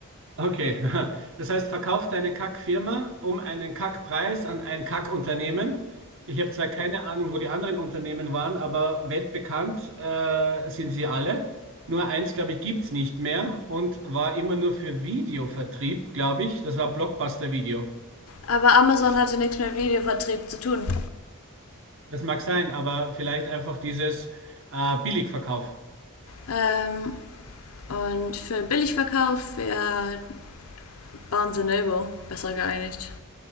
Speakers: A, on the right; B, on the left.
A: Okay, <laughs> das heißt, verkauf deine Kackfirma um einen Kackpreis an ein Kackunternehmen. Ich habe zwar keine Ahnung, wo die anderen Unternehmen waren, aber weltbekannt äh, sind sie alle. Nur eins, glaube ich, gibt's nicht mehr und war immer nur für Videovertrieb, glaube ich. Das war Blockbuster-Video.
B: Aber Amazon hatte nichts mit Videovertrieb zu tun.
A: Das mag sein, aber vielleicht einfach dieses äh, Billigverkauf.
B: Ähm, und für Billigverkauf wäre Barnes and Noble besser geeinigt.